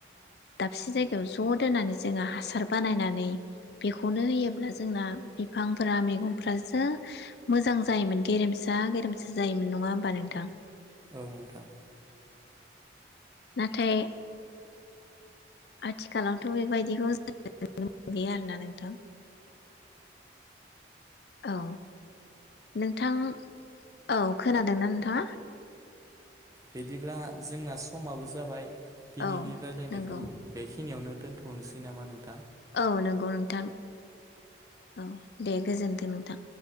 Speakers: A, on the left; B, on the right.
A: दाबसे जायगायाव ज' दोननानै जोङो हासार बानायनानै बेखौनो होयोब्ला जोंना बिफांफोरा मैगंफ्रासो मोजां जायोमोन गेरेमसा। गोदामसो जायोमोन नङा होमबा नोंथां
B: औ मोनथाम
A: नाथाय आथिखालावथ' बेबायदिखौ जोनोम गैया आरोना नोंथां औ नोंथां औ खोनादोंना नों हा
B: बिदिब्ला जोंना समाबो जाबाय दिनैनि
A: औ
B: रायलायनायखौ
A: नंगौ
B: बेखि खिनियावनो दोनथनोसै नामा नों
A: औ नंगौ नोंथां औ दे गोजोनथों नोंथां।